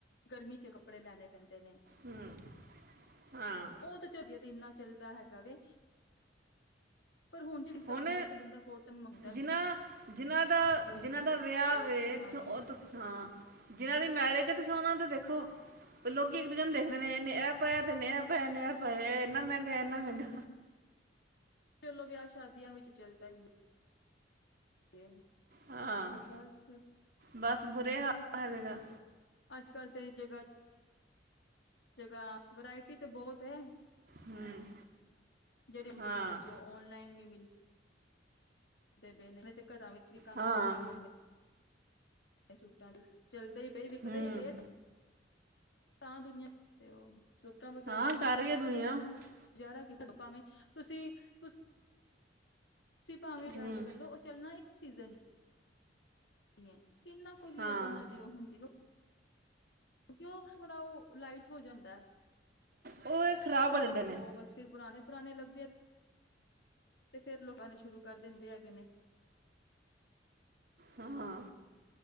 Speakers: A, on the left (about 70°); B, on the right (about 55°).
A: ਗਰਮੀ ਚ ਕੱਪੜੇ ਲੈਨੇ ਪੈਂਦੇ ਨੇ,
B: ਹੂੰ ਹਾਂ
A: ਓਹ ਤਾਂ ਚ। ਭਿੰਨਾ ਚੱਲਦਾ ਹੈਗਾ ਵੇ ਪਰ ਜਿਸ ਹਿਸਾਬ
B: ਹੁਣ
A: ਨਾਲ ਤੇ ਬੰਦਾ ਕੋਟਨ ਮੰਗਦਾ
B: ਜਿੰਨਾਂ ਜਿੰਨਾਂ ਦਾ
A: ਪਿਓਰ
B: ਜਿਹਨਾਂ
A: ਕੋਟਨ
B: ਦਾ
A: ਅ
B: ਵਿਆਹ ਵੇ
A: ਕੀ ਨਾਮ
B: ਸੁ
A: ਏ
B: ਓਹ ਤ ਹਾਂ ਜਿੰਨਾਂ ਦੀ ਮੈਰਿਜੈ ਤੁਸੀਂ ਓਹਨਾਨੁ ਤਾਂ ਦੇਖੋ, ਲੋਕੀ ਇੱਕ ਦੂਜੇ ਨੂੰ ਦੇਖਦੇ ਨੇ ਇਹਨੇ ਐ ਪਾਇਆ ਤੇ ਇਹਨੇ ਐ ਪਾਇਆ ਏ ਇੰਨਾ ਮੈੰਗਾ ਇੰਨਾ ਮੈੰਗਾ।
A: ਚਲੋ ਵਿਆਹ ਸ਼ਾਦੀਆਂ ਵਿੱਚ ਚੱਲਦਾਈ ਏ। ਫੇਰ
B: ਹਾਂ
A: ਤੇ ਬਸ
B: ਬਸ ਬੁਰੇ ਹਾਲ ਹੈਗਾ।
A: ਅੱਜ ਕੱਲ ਤੇ ਜਗ੍ਹਾ। ਜਗ੍ਹਾ ਵਰਾਏਟੀ ਤੇ ਬੋਹਤ ਹੈ।
B: ਹੂੰ
A: ਜਿਹੜੇ ਹੁਣ
B: ਹਾਂ
A: ਤਾਂ ਚਲੇ ਜੋ ਓਨਲਾਈਨ ਵੀ ਮਿਲ ਤੇ ਬਿਨੇ ਤੇ ਘਰਾਂ ਵਿੱਚ। ਵਿੱਚ ਵੀ ਕੰਮ
B: ਹਾਂ
A: ਖੋਲ੍ਹੇ ਹੋਏ ਨੇ। ਮੈਂ ਸੂਟਾਂ ਦੀ। ਚੱਲਦੇ ਹੀ ਪਏ ਵਿਕਦੇ
B: ਹੂੰ
A: ਹੀ ਪਏ ਤਾਂ ਦੁਨੀਆਂ ਤੇ ਉਹ। ਸੂਟਾ ਵਗੈਰ
B: ਹਾਂ
A: ਕੁਝ।
B: <unintelligible>
A: ਗੁਜ਼ਾਰਾ ਕੀ ਤਹਾਨੂੰ ਭਾਵੇਂ ਤੁਸੀਂ ਕੁਸ। ਤੁਸੀਂ ਭਾਵੇਂ ਹਜ਼ਾਰ
B: ਹੂੰ
A: ਦਾ ਲੈਲੋ ਉਹ ਚੱਲਣਾ <unintelligible> ਸੀਜ਼ਨ। ਹੀ ਹੈ ਕਿੰਨਾ ਕੁਝ ਹੀ
B: ਹਾਂ
A: ਐਦਾਂ ਦਾ <unintelligible> ਉਹ ਹੁੰਦੀ ਉਹ। ਕਿਉਂ ਉਹ ਥੋੜਾ ਉਹ ਲਾਈਟ ਹੋ ਜਾਂਦਾ ਹੈ।
B: ਉਹ ਇਹ ਖ਼ਰਾਬ ਹੋ ਜਾਂਦੇ ਨੇ
A: ਉਹ ਬਸ ਫੇਰ ਪੁਰਾਣੇ ਪੁਰਾਣੇ ਲੱਗਦੇ ਆ। ਤੇ ਫਿਰ ਲੋਕਾਂ ਨੇ ਸ਼ੁਰੂ ਕਰ ਦਿੰਦੇ ਹੈਗੇ ਨੇ।
B: ਹਾਂ,